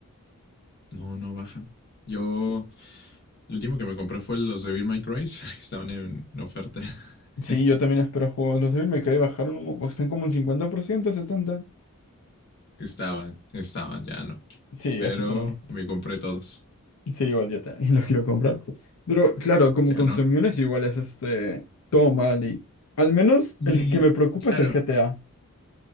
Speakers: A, on the left (about 50°); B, on the left (about 80°).
A: No, no bajan. Yo, lo último que me compré fue los de Bill My Cry, <laughs> que estaban en oferta. <laughs>
B: Sí, yo también espero juegos. Los Devil May Cry bajaron un, mo- están como un 50%, 70%.
A: Estaban, estaban, ya no.
B: Sí,
A: Pero
B: agitaron. los- precios.
A: me compré todos,
B: Sí, igual yo también <laughs> los quiero comprar. Pero claro, como
A: ya
B: consumidores
A: no.
B: igual es este todo mal y al menos
A: Y
B: el que me preocupa
A: claro,
B: es el GTA,